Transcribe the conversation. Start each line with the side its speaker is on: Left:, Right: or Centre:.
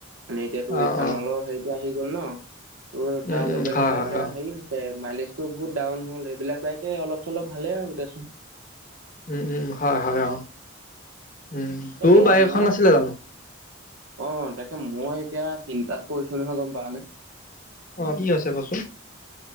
Right: মানে এতিয়া তোৰ
Left: অ
Right: ইথানলৰ
Left: অ
Right: সেই টো আহি গ'ল ন তোৰ
Left: উম
Right: তাৰ
Left: উম
Right: লগে,
Left: হয়
Right: লগে
Left: হয়
Right: এতিয়া
Left: অ
Right: হেৰি মাইলেজ টো বহুত ডাউন হ'ল এইবিলাক বাইকে অলপ চলপ ভালে আৰু দেচোন
Left: উম, উম হয়, হয় অ', উম
Right: তাকে
Left: তোৰ বাইক
Right: মই
Left: এখন নাছিলে জানোঁ।
Right: অ', তাকে মই এতিয়া চিন্তাত পৰিছো নহয় গ'ম পাও নে।
Left: অ', কি হৈছে কচোন।